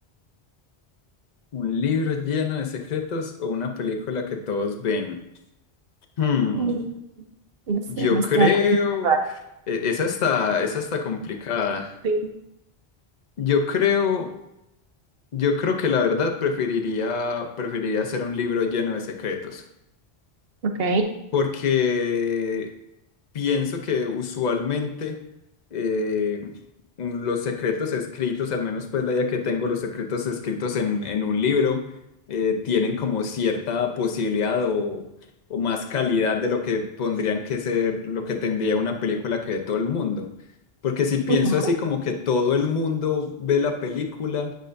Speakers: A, on the left; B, on the right.
A: ¿Un libro lleno de secretos o una película que todos ven? Hmm,
B: Mm, No sé,
A: yo
B: está
A: creo,
B: ro- como raro.
A: e- esa está, esa está complicada.
B: Sí.
A: Yo creo, yo creo que la verdad preferiría, preferiría hacer un libro lleno de secretos.
B: Ok.
A: porque pienso que usualmente eh, un- los secretos escritos, al menos pues la idea que tengo, los secretos escritos en, en un libro, eh, tienen como cierta posibilidad o, o más calidad de lo que pondrían que ser, lo que tendría una película que ve todo el mundo. Porque si pienso
B: Ujú.
A: así como que todo el mundo ve la película,